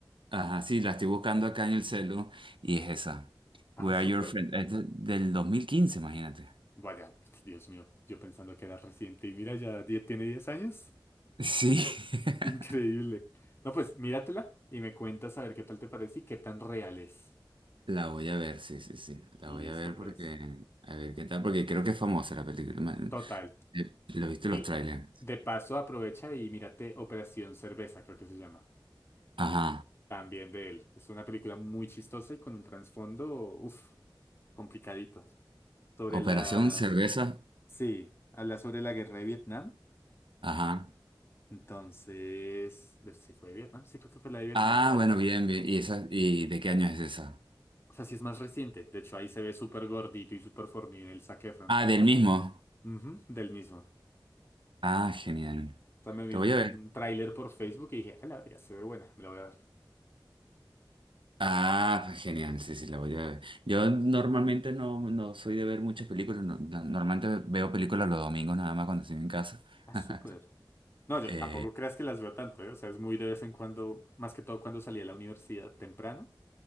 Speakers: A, on the right (about 80°); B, on the left (about 30°).
A: Ajá, sí, la estoy buscando acá en el celu y es esa.
B: Ah,
A: We
B: súper.
A: Are Your Friends, es de- del dos mil quince imagínate.
B: Vaya, Dios mío, yo pensando que era reciente. Y mira, ya die- tiene 10 años.
A: Sí. <laughs>
B: Increíble. No, pues míratela y me cuentas a ver qué tal te parece y qué tan real es.
A: La voy a ver, sí, sí, sí. La
B: Listo,
A: voy a ver
B: pues.
A: porque, a ver qué tal, porque creo que es famosa la película. Man,
B: Total.
A: eh, Lo viste
B: Y
A: los trailers.
B: de paso aprovecha y mírate Operación Cerveza, creo que se llama.
A: Ajá.
B: También de él. Es una película muy chistosa y con un trasfondo, uff, complicadito. Sobre
A: Operación
B: la...
A: Cerveza.
B: Sí, habla sobre la guerra de Vietnam.
A: Ajá.
B: Entonces, de- ¿sí fue de Vietnam? Sí, creo que fue la de Vietnam.
A: Ah, bueno, bien, bien. ¿Y esa, y de qué año es esa?
B: O sea, sí es más reciente. De hecho, ahí se ve súper gordito y súper fornido el Zac Efron.
A: Ah, del mismo.
B: Ujú, del mismo.
A: Ah, genial.
B: O sea, me vi
A: Te
B: un,
A: voy a ver.
B: un tráiler por Facebook y dije, a la verga, se ve buena, me la voy a ver.
A: Ah, pues genial, sí, sí, la voy a ver. Yo normalmente no, no soy de ver muchas películas, no- no- normalmente veo películas los domingos nada más cuando estoy en casa.
B: Ah,
A: <laughs>
B: súper. No, yo
A: Eh,
B: tampoco creas que las veo tanto, ¿eh? O sea, es muy de vez en cuando, más que todo cuando salí de la universidad temprano.